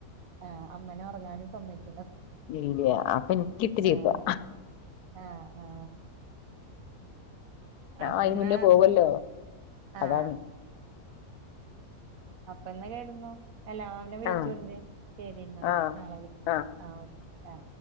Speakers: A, on the right; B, on the left.
A: ആ അമ്മനെ ഉറങ്ങാനും തമ്മക്കും
B: ഇല്ല അപ്പൊ എനക്ക്ട്ട ചീത്ത
A: ആഹ്
B: <inaudible>
A: ആഹ് ആഹ്.
B: ഞാൻ
A: അപ്പന്നാ
B: അതിന് മുന്നേ പോവല്ലോ
A: ആഹ്
B: അതാമി
A: അപ്പ എന്നാ കേടന്നോ എല്ല അവനെ വിളിച്ചോണ്ട്
B: ആഹ്
A: ശരി എന്നാ
B: ആഹ്
A: നാളെ വിളക്ക്
B: ആഹ്
A: ആ ഓക്കെ ആ